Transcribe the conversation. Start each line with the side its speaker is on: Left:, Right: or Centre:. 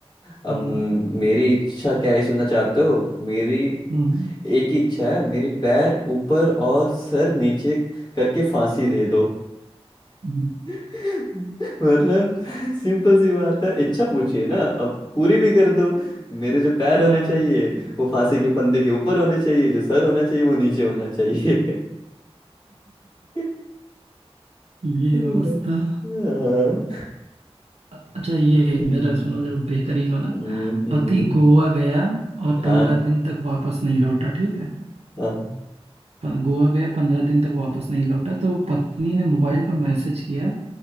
Left: अब
Right: हम्म,
Left: म- मेरी इच्छा क्या ही सुनना चाहते हो मेरी
Right: हम्म,
Left: एक ही इच्छा है मेरे पैर ऊपर और सर नीचे करके फांसी दे दो
Right: हम्म।
Left: <laughs> मतलब <laughs> सिंपल सी बात है इच्छा पूछिए ना अब पूरी भी कर दो मेरे जो पैर
Right: हाँ
Left: होने चाहिए वो फांसी के फंदे के ऊपर होने चाहिए जो सर होना चाहिए वो नीचे होना चाहिए <laughs>
Right: ये
Left: हम्म,
Right: मस्त था
Left: हाँ
Right: अच्छा ये
Left: हम्म,
Right: मेरा सुनो जरा बेहतरीन वाला
Left: हम्म, हम्म,
Right: पति गोवा गया और
Left: हाँ
Right: पंद्रह दिन तक वापस नहीं लौटा ठीक है
Left: हाँ,
Right: प- गोवा गया पंद्रह दिन तक वापस नहीं लौटा तो पत्नी ने मोबाइल पर मैसेज किया